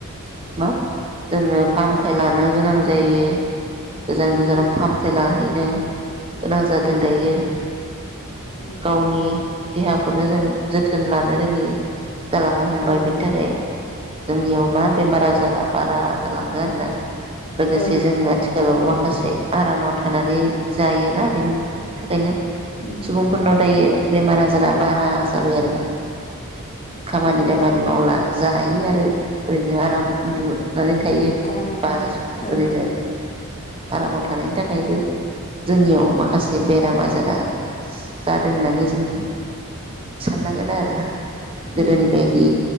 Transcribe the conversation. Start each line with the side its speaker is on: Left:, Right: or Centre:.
Right: मा जोङो फाहामथाय लानो गोनां जायो गोजान गोजान
Left: उम
Right: फाहामथाय लाहै न' गोनां जादों
Left: उम
Right: दायो
Left: उम
Right: गावनि देहाखौनो जों जोथोन लानो रोङि जालांनो हमबाय
Left: औ
Right: बेनि थाखाय जोंनियाव मा बेमार आजारा बारा जालांदों आरोना लोगोसे
Left: ओं
Right: जों आथिखालाव माखासे आरामाव थानानै जायोना बेनि थाखायनो
Left: उम
Right: सुबुंफोरनाव दायो बेमार आजारा बारा जाबाय आरोना खामानि
Left: औ
Right: दामानि मावला जायो आरो ओरैनो आराम उन्दुनानै थायो
Left: आरामाव
Right: बा
Left: थानाय ओं
Right: ओरैनो आरामाव थानायनि थाखायबो जोंनियाव माखासे जे बेराम
Left: उम
Right: आजारा जादों होननानै जों साननांगोन आरो गोदानि
Left: उम
Right: बायदि